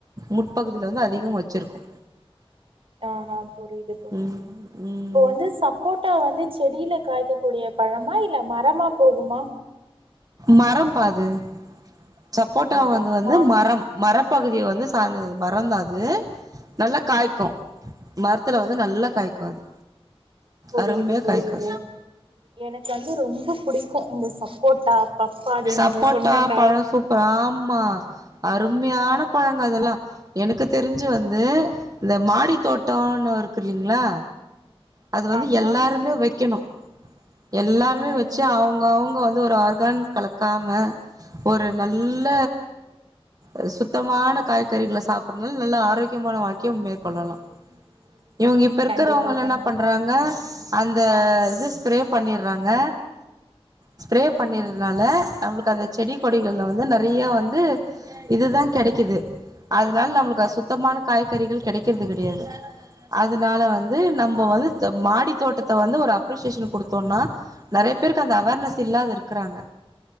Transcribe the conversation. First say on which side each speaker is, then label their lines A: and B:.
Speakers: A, on the right; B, on the right.
A: முட்பகு இதுல வந்து அதிகம் வச்சிருக்கு
B: ஆ புரிது புரிது
A: ம் ம்
B: இப்போ வந்து சப்போட்டா வந்து செடில காய்க்க கூடிய பழமா இல்ல மரமா போகுமா
A: மரம்பா அது சப்போட்டா
B: மரமா
A: வந்து வந்து மரம் மரப்பகுதிய வந்து சார்ந்ததே மரந்தா அது நல்லா காய்க்கு
B: ம்ஹ்ம்.
A: மரத்துல வந்து நல்லா காய்க்கு அது
B: புரியுது
A: அருமையா
B: புரியுது.
A: காய்க்கு
B: எனக்கு வந்து ரொம்ப புடிக்கு இந்த சப்போட்டா பப்பாளி
A: சப்போட்டா
B: நீங்க சொன்னக்கா
A: பழோ சூப்பர் ஆமா அருமையான பழங்க அதெல்லா எனக்கு தெரிஞ்சு வந்து இந்த மாடி தோட்டோனு இருக்கு இல்லிங்ளா அது வந்து
B: ஆமா.
A: எல்லாருமே வைக்கணு எல்லாருமே
B: ம்.
A: வச்சு அவுங்க அவ்ங் வந்து ஒரு ஆர்கான் கலக்காம ஒரு நல்ல அ சுத்தமான காய்கறிகள சாப்புற்துனால் நல்லா ஆரோக்கியமான வாழ்க்கியு மேற்கொள்ளலா இவுங்க இப்ப இருக்கிறவ்ங்களா
B: கண்டிப்பா கண்டிப்பா.
A: என்ன பண்றாங்க அந்த இது ஸ்ப்ரே பண்ணிற்றாங்க ஸ்ப்ரே பண்ணிருதுனால
B: ம்.
A: நம்ளுக்கு அந்த செடி கொடிகள்ல வந்து நெறையா வந்து இதுதான் கெடைக்குது அதுனால் நம்ளுக் அது சுத்தமான காய்கறிகள் கெடைக்கற்து கெடையாது அதனால வந்து நம்ம வந்து து மாடி தோட்டத்த வந்து ஒரு அப்ரிசியேஷன் குடுத்தோம்னா நறைய பேர்க்கு அந்த அவர்னஸ் இல்லாதுருக்கிறாங்க